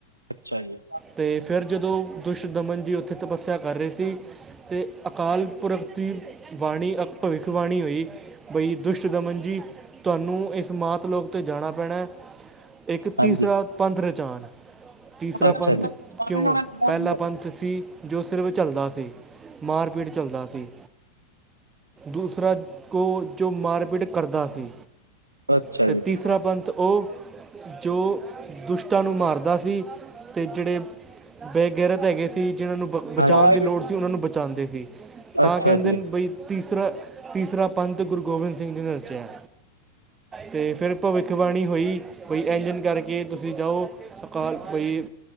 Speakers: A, on the right; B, on the right.
A: ਅੱਛਾ ਜੀ
B: ਤੇ ਫਿਰ ਜਦੋਂ ਦੁਸ਼ ਦਮਨ ਜੀ ਉੱਥੇ ਤਪੱਸਿਆ ਕਰ ਰਹੇ ਸੀ ਅਤੇ ਅਕਾਲ ਪੁਰਖ ਦੀ ਬਾਾਣੀ ਅ ਭਵਿੱਖਬਾਣੀ ਹੋਈ ਬਈ ਦੁਸ਼ਟ ਦਮਨ ਜੀ ਤੁਹਾਨੂੰ ਇਸ ਮਾਤ ਲੋਕ ਉੱਤੇ ਜਾਣਾ ਪੈਣਾ ਇੱਕ
A: ਹਾਂਜੀ
B: ਤੀਸਰਾ ਪੰਥ ਰਚਾਨ ਤੀਸਰਾ
A: ਅੱਛਾ
B: ਪੰਥ
A: ਜੀ ਅੱਛਾ
B: ਕਿਉਂ ਪਹਿਲਾ
A: ਜੀ
B: ਪੰਥ ਸੀ ਜੋ ਸਿਰਫ ਚੱਲਦਾ ਸੀ ਮਾਰਪੀਟ ਚੱਲਦਾ ਸੀ ਦੂਸਰਾ ਕੋ ਜੋ ਮਾਰਪੀਟ ਕਰਦਾ ਸੀ।
A: ਅੱਛਾ
B: ਅਤੇ
A: ਜੀ
B: ਤੀਸਰਾ ਪੰਥ ਉਹ ਜੋ ਦੁਸ਼ਟਾਂ ਨੂੰ ਮਾਰਦਾ ਸੀ। ਅਤੇ ਜਿਹੜੇ ਬੇਗੈਰਤ ਹੈਗੇ ਸੀ ਜਿਹਨਾਂ ਨੂੰ ਬ ਬਚਾਣ
A: ਹਾਂਜੀ
B: ਦੀ ਲੋੜ ਸੀ ਓਹਨਾਂ ਨੂੰ ਬਚਾੰਦੇ ਸੀ। ਤਾਂ
A: ਅੱਛਾ
B: ਕੈੰਦੇਣ
A: ਜੀ
B: ਬਈ ਤੀਸਰਾ, ਤੀਸਰਾ ਪੰਥ ਗੁਰੂ ਗੋਬਿੰਦ ਸਿੰਘ ਜੀ ਨੇ ਰਚਿਆ। ਤੇ ਫਿਰ ਭਵਿੱਖਵਾਣੀ ਹੋਈ। ਕੋਈ ਐੰਜ-ਐੰਜ ਕਰਕੇ ਤੁਸੀਂ ਜਾਓ। ਅਕਾਲ ਬਈ